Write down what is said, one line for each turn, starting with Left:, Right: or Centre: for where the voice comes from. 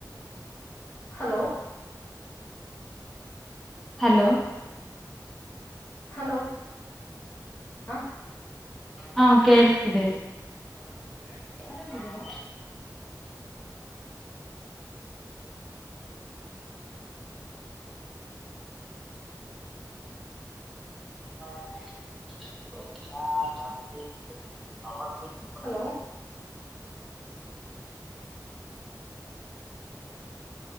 Left: ಹಲೋ.
Centre: ಹಲೋ.
Left: ಹಲೋ ಹ
Centre: ಹಾ ಕೆಳಸ್ತಿದೆ.
Left: <inaudible>
Centre: ಆರಾಮಿದ್ದೀರಾ? <inaudible>
Left: ಹಲೋ.